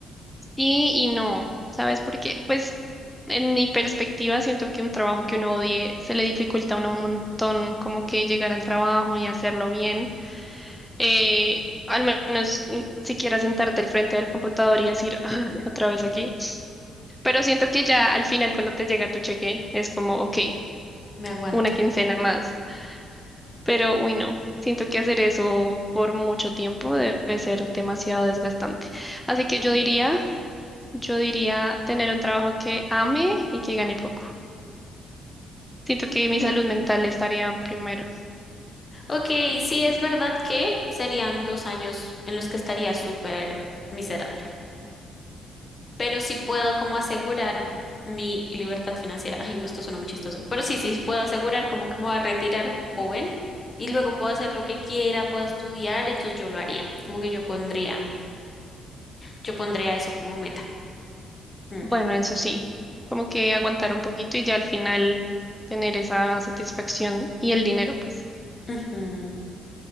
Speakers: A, in the centre; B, on the left.
A: y no. ¿Sabes por qué? Pues en mi perspectiva siento que un trabajo que uno odie se le dificulta a uno un montón como que llegar al trabajo y hacerlo bien. Eh, al menos mm, siquiera sentarte al frente del computador y decir "Ah, otra vez aquí. Pero siento que ya al final cuando te llega tu cheque es como, ok.
B: me aguanto.
A: una quincena más. Pero, uy, no, siento que hacer eso por mucho tiempo debe ser demasiado desgastante. Así que
B: desde
A: yo diría,
B: el otro.
A: yo diría tener un trabajo que ame y que gane poco. Siento
B: Ok,
A: que mi salud mental estaría primero.
B: Ok, sí es verdad que serían dos años en los que estaría súper miserable. pero sí puedo como asegurar mi libertad financiera. Ay, no, esto suena muy chistoso, pero sí, sí puedo asegurar como que me voy a retirar joven y luego puedo hacer lo que quiera, puedo estudiar, entonces yo lo haría, como que yo pondría, yo pondría eso como meta. Mm,
A: Bueno, eso sí, como que aguantar un poquito y ya al final tener esa satisfacción y el dinero, pues.
B: ujú.